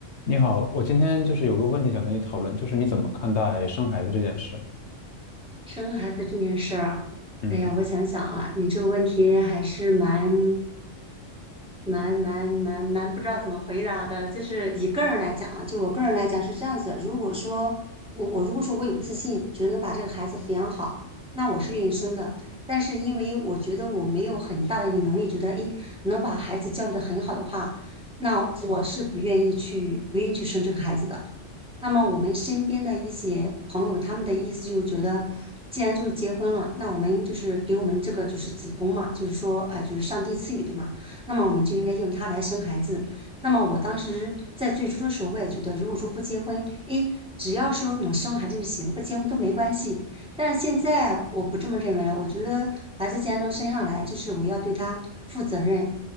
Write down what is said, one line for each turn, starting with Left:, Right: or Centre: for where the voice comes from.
Left: 你好，我今天就是有个问题想跟你讨论，就是你怎么看待生孩子这件事？
Centre: 生孩子这件事儿啊，
Left: 嗯，
Centre: 哎呀，我想想啊，你这个问题还是蛮、蛮、蛮、蛮、蛮不知道怎么回答的。就是以个人来讲啊，就我个人来讲是这样子。如果说我我如果说我有自信，觉得能把这个孩子抚养好，那我是愿意生的。但是因为我觉得我没有很大的一个能力，觉得诶能把孩子教育的很好的话，那我是不愿意去不愿意去生这个孩子的。那么我们身边的一些朋友，他们的意思就是觉得，既然就是结婚了，那我们就是给我们这个就是子宫嘛，就是说啊、呃就是上帝赐予的嘛，那么我们就应该用它来生孩子。那么我当时在最初的时候，我也觉得，如果说不结婚，诶，只要是能生孩子就行，不结婚都没关系。但是现在我不这么认为了，我觉得孩子既然能生下来，就是我要对他负责任。